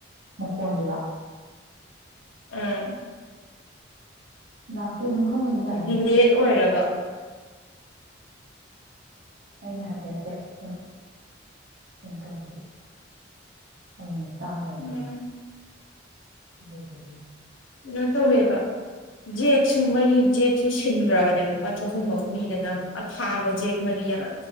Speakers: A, on the right; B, on the left.
A: ꯃꯈꯣꯟꯗꯨꯔꯥ
B: ꯎꯝ
A: ꯂꯥꯛ ꯇ‌ꯦ ꯑꯗꯨꯝ ꯍꯧꯅ ꯑꯗꯨꯝ ꯂꯥꯛꯏꯗ
B: ꯗꯤꯂꯦꯠ ꯑꯣꯏꯔꯒ
A: ꯑꯩꯅ ꯍꯥꯏꯐꯦꯠ ꯐꯦꯠ ꯁꯨꯝ ꯀꯩꯅꯣ ꯇꯧꯕꯒꯤ ꯑꯃꯨꯃꯨꯛ ꯇꯥꯗꯕ
B: ꯎꯝ
A: ꯌꯥꯎꯕꯗꯣ ꯑꯗꯨꯗꯨꯒꯤꯅꯤꯗ
B: ꯀꯩꯅꯣ ꯇꯧꯋꯦꯕ ꯖꯦꯛꯁꯨ ꯃꯔꯤ ꯖꯦꯛꯁꯨ ꯁꯤꯟꯒ꯭ꯔꯕꯅꯦꯕ ꯂꯨꯄꯥ ꯆꯍꯨꯝ ꯑꯃ ꯄꯤꯗꯅ ꯑꯊꯥꯕ ꯖꯦꯛ ꯃꯔꯤ ꯑꯃ